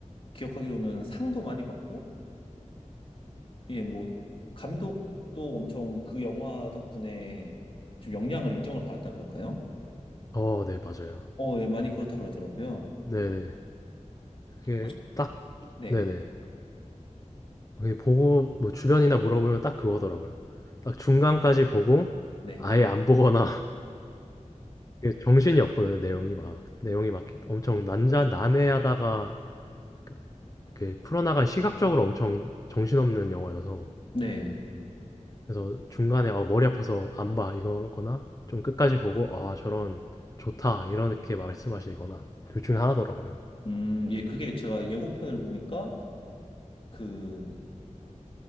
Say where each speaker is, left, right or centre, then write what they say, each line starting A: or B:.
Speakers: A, on the left; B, on the left.
A: 기억하기로는 상도 많이 받고, 예, 뭐, 감독도 엄청 그 영화 덕분에 좀 역량을 인정을 받았다 그럴까요?
B: 어, 네, 맞아요.
A: 어, 예, 많이 그렇다 그러더라고요.
B: 네네, 그게
A: 혹시,
B: 딱,
A: 네,
B: 네네, 그게 보고, 뭐 주변이나 물어보면 딱 그거더라고요. 딱 중간까지 보고,
A: 네,
B: 아예 안 보거나, <laughs> 이게 정신이 없거든요, 내용이 막, 내용이 막 엄청 난자, 난해하다가, 그, 그 풀어나간 시각적으로 엄청 정신없는 영화여서,
A: 네.
B: 그래서 중간에 어, 머리 아파서 안 봐 이거거나 좀 끝까지 보고 아 저런 좋다 이렇게 말씀하시거나 둘 중에 하나더라고요.
A: 음, 예, 그게 제가 예고편을 보니까 그,